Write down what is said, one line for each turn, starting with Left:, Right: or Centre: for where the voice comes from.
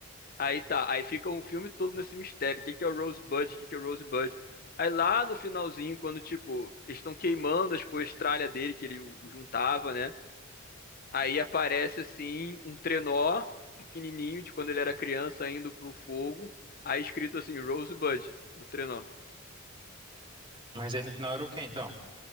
Left: Aí tá, aí fica um filme todo nesse mistério. O que que é o Rosebud? O que que é o Rosebud? Aí lá no finalzinho, quando, tipo, eles estão queimando as coisas tralha dele, que ele o- o juntava, né? Aí aparece, assim, um trenó pequenininho, de quando ele era criança, indo pro fogo. Aí escrito assim, Rosebud, no trenó.
Right: mas aí no final era o quê, então?